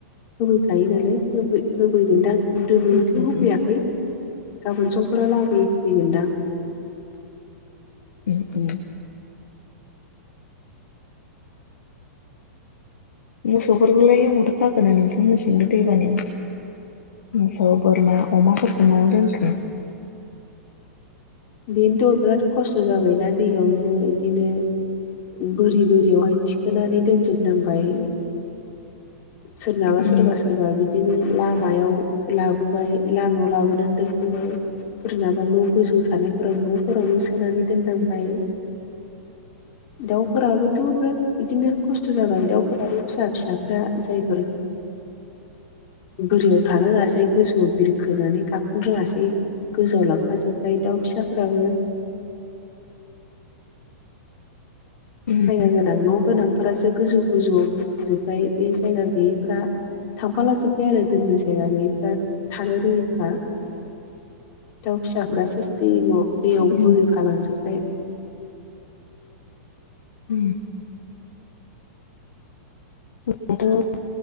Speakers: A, on the left; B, on the left.
A: होफैखायो नालाय होफै होफैगोनदां दोनिथ'
B: उम उम
A: होफैयाखै गाबोन समफोरा लागैयै होफैगोनदां।
B: ए ए मोसौफोरखौलाय अबावथो' खाखोनो नोंथांमोनसि दैबानियाव मोसौ बोरमा अमाफोरखौ मायाव दोनखो? <inaudible>
A: बेनोथ' बिराद खस्थ' जाबायना दैयावनो बिदिनो बोरि बोरियावहाय थिखोनानै दोनजोबनांबाय। सोरनाबा
B: उम
A: सोरबा सोरबा बिदिनो लामायाव लाबोबाय लामायाव लाबोनानै दोनफैबाय। सोरनाबा न' गोजौ थानायफोराव न'फोरावबो सोनानै दोननांबाय। दाउफोराबोथ' बिराद बिदिनो खस्थ' जाबाय दाउफोराबो फिसा फिसाफ्रा जायफोर बोरियाव थानो रोङासै गोजौआव बिरखोनानै गाखोनो रोङासै गोजौआव लांफाजोब्बाय दाउ फिसाफोराबो
B: <inaudible> उम
A: जायगा गोनां न' गोनांफोरासो गोजौ गोजौआव फफजोबबाय बे जायगा गैयैफ्रा थांफाला जोब्बाय आरो दोननि जायगा गैयैफ्रा थानो रोङिफ्रा दाउ फिसाफ्रा सेसटमाव दैयाव
B: उम
A: बोहोखालांजोब्बाय
B: उ होनबाथ'